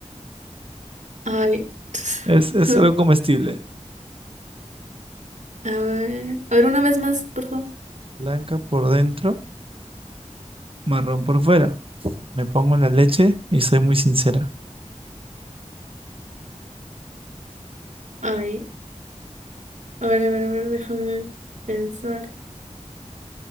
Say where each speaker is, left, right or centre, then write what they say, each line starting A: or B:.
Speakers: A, on the right (about 75°); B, on the right (about 45°).
A: ay,
B: Es,
A: <laughs>
B: es algo comestible.
A: a ver, a ver, una vez más, por favor.
B: Blanca por dentro, marrón por fuera. Me pongo en la leche y soy muy sincera.
A: Ay, a ver, a ver, a ver, déjame pensar.